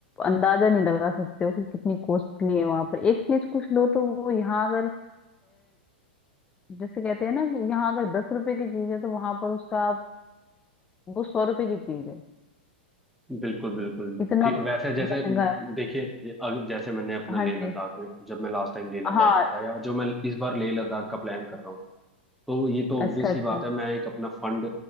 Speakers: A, on the left (about 15°); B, in the centre.
A: अंदाजा नहीं लगा सकते हो कि कितनी कॉस्टली है वहां पर एक चीज कुछ लो तो वो यहाँ अगर अ, जैसे कहते हैं ना कि यहाँ अगर दस रुपए की चीज है तो वहां पर उसका आप- वो सौ रुपए की चीज है
B: बिल्कुल बिल्कुल
A: इतना
B: ठीक वैसे जैसे
A: महंगा है
B: देखिए ये अग- जैसे मैंने अपना लेह
A: हाँ जी
B: लद्दाख में जब मैं लास्ट टाइम लेह लद्दाख
A: हाँ
B: गया था या जो मैं इस बार लेह लद्दाख का प्लान कर रहा हूँ तो ये तो ऑब्वियस
A: अच्छा अच्छा
B: ही बात है मैं एक अपना फंड